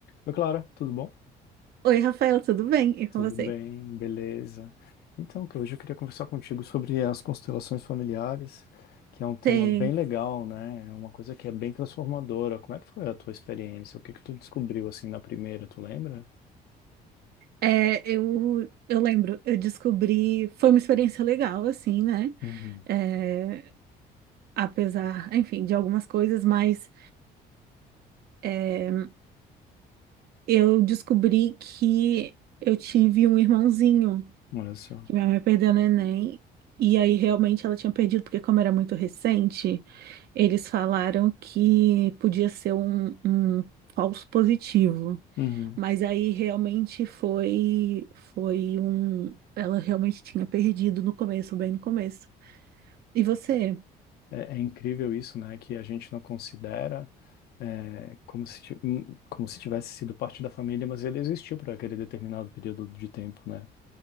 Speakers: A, on the left (about 70°); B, on the right (about 70°).
A: Oi, Clara, tudo bom?
B: Oi, Rafael, tudo bem? E com
A: Tudo
B: você?
A: bem, beleza. Então, que hoje eu queria conversar contigo sobre as constelações familiares, que é um tema
B: Sim.
A: bem legal, né? É uma coisa que é bem transformadora. Como é que foi a tua experiência? O que que tu descobriu assim na primeira, tu lembra?
B: É, eu, eu lembro, eu descobri, foi uma experiência legal, assim, né?
A: Uhum.
B: É, apesar, enfim, de algumas coisas, mas é, eu descobri que eu tive um irmãozinho,
A: Olha só.
B: que minha mãe perdeu no Enem, e aí realmente ela tinha perdido, porque como era muito recente, eles falaram que podia ser um um falso positivo.
A: Uhum.
B: Mas aí realmente foi foi um, ela realmente tinha perdido no começo, bem no começo. E você?
A: É, é incrível isso, né? Que a gente não considera é, como se, ti- hum, como se tivesse sido parte da família, mas ele existiu para aquele determinado período de tempo, né?